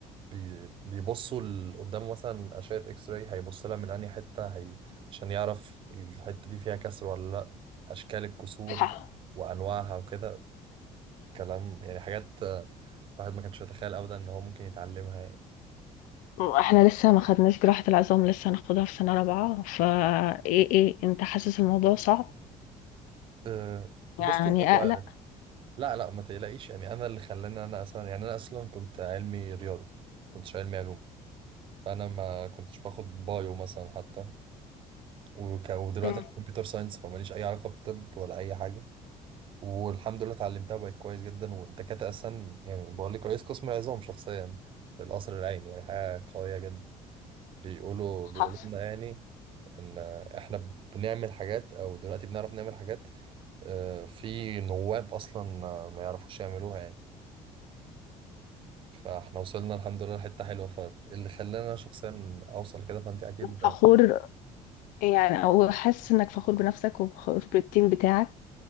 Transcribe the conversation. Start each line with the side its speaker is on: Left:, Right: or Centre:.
Right: بي بيبصوا ل- قدام مثلا اشعه اكس راي هيبص لها من انهي حته هي عشان يعرف الحته دي فيها كسر ولا لا اشكال الكسور
Left: ح-
Right: وانواعها وكده كلام يعني حاجات آه، الواحد ما كانش يتخيل ابدا ان هو ممكن يتعلمها يعني
Left: احنا لسه ما خدناش جراحه العظام لسه هناخدها في سنه رابعه فا ايه ايه انت حاسس الموضوع صعب
Right: آه، بصوا
Left: يعني
Right: هو
Left: اقلق
Right: لا لا ما تقلقيش يعني انا اللي خلاني انا اصلا يعني انا اصلا كنت علمي رياضه كنتش علمي علوم فانا ما كنتش باخد بايو مثلا حتى وك... ودلوقتي
Left: مم.
Right: مم. انا كمبيوتر ساينس فماليش اي علاقه بطب ولا اي حاجه والحمد لله اتعلمتها بقت كويس جدا والدكاتره اصلا يعني بقول لك رئيس قسم العظام شخصيا في القصر العيني يعني حاجه قويه جدا بيقولوا بيقولوا
Left: حاسس
Right: لنا يعني ان احنا بنعمل حاجات او دلوقتي بنعرف نعمل حاجات آه، في نواب اصلا ما ما يعرفوش يعملوها يعني فاحنا وصلنا الحمد لله لحتة حلوة فاللي خلاني انا شخصيا اوصل كده فانت اكيد
Left: فخور يعني او حاسس انك فخور بنفسك وفخور بالتيم بتاعك